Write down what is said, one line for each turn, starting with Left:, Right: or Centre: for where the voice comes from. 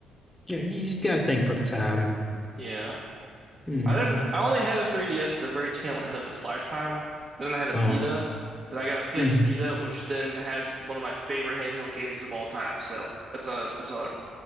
Left: yeah, you just gotta think for the time.
Right: yeah.
Left: hmm
Right: I didn't, I only had a 3DS at the very tail end of its lifetime, and then I had a
Left: Oh,
Right: Vita. Then I got a PS
Left: mm.
Right: Vita, which then had one of my favorite handheld games of all time. So that's another that's another